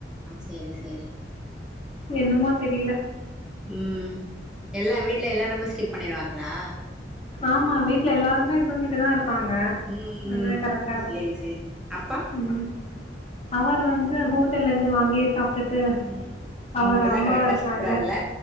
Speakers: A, in the centre; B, on the left (about 35°).
A: செரி செரி
B: என்னமோ தெரில
A: உம் எல்லா வீட்ல எல்லாருமே ஸ்கிப் பண்ணிருவாங்ளா
B: ஆமா வீட்ல எல்லாருமே தூங்கிட்டுதா இரு ப்பாங்க
A: ம்
B: அதுவே
A: ம்
B: கரெக்டா இருக்கு
A: சேரி சேரி அப்பா
B: ம் அவர் வந்து ஹோட்டல்ல இருந்து வாங்கி சாப் டுட்டு
A: ம் அவ
B: அவர்
A: மட்டுந்தா
B: அம்மா
A: கரெக்டா
B: இருக்காங்க
A: சாப்புட்றாருல்ல